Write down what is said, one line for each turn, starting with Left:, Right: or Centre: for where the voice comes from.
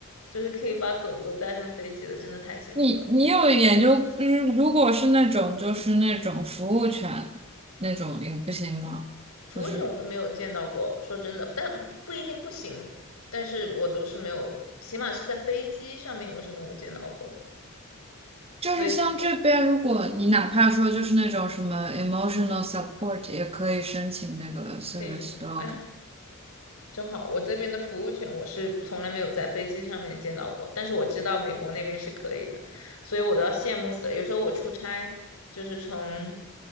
Left: 就是可以把狗狗带上飞机的，真的太幸福了。
Right: 你你有研究，嗯，如果是那种就是那种服务犬那种也不行吗？
Left: 服务犬我都没有见到过，
Right: 就是。
Left: 说真的，但不不一定不行，但是我都是没有，起码是在飞机上面我是没有见到过的
Right: 就是像这边，
Left: 所以
Right: 如果你哪怕说就是那种什么 emotional support，也可以申请那个 service
Left: 可以申请。
Right: dog。
Left: 哎正好，我这边的服务权我是从来没有在飞机上面见到过，但是我知道美国那边是可以的，所以我都要羡慕死了。有时候我出差就是从